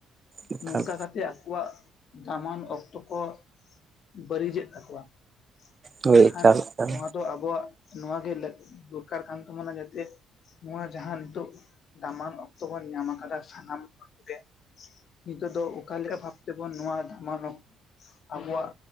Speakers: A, on the right (about 30°); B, on the left (about 55°).
A: ᱮᱠᱟᱞ
B: ᱱᱚᱝᱠᱟ ᱠᱟᱛ ᱛᱮ ᱟᱠᱚᱣᱟᱜ ᱫᱟᱢᱟᱱ ᱚᱠᱛᱚ ᱠᱚ ᱵᱟᱹᱲᱤᱡᱮᱫ ᱛᱟᱠᱚᱣᱟ᱾
A: ᱦᱳᱭ
B: ᱢᱮᱱᱠᱷᱟᱱ
A: ᱮᱠᱟᱞ ᱮᱠᱟᱞ
B: ᱱᱚᱣᱟ ᱫᱚ ᱟᱵᱚᱣᱟᱜᱼᱼ ᱱᱚᱣᱟᱜᱮ ᱞᱟᱹᱜ ᱫᱚᱨᱠᱟᱨ ᱠᱟᱱ ᱛᱟᱵᱚᱱᱟ ᱡᱟᱛᱮᱼᱼ ᱱᱚᱣᱟ ᱡᱟᱦᱟᱸ ᱱᱤᱛᱚᱜ ᱫᱟᱢᱟᱱ ᱚᱠᱛᱚ ᱵᱚᱱ ᱧᱟᱢ ᱟᱠᱟᱫᱟ ᱥᱟᱱᱟᱢ ᱦᱚᱲ ᱠᱚᱜᱮᱼᱼ ᱱᱤᱛᱚᱜ ᱫᱚ ᱚᱠᱟᱮᱠᱟ ᱵᱷᱟᱵ ᱛᱮᱵᱚᱱ ᱱᱚᱣᱟ ᱫᱟᱢᱟᱱ ᱚᱠ ᱟᱵᱚᱣᱟᱜ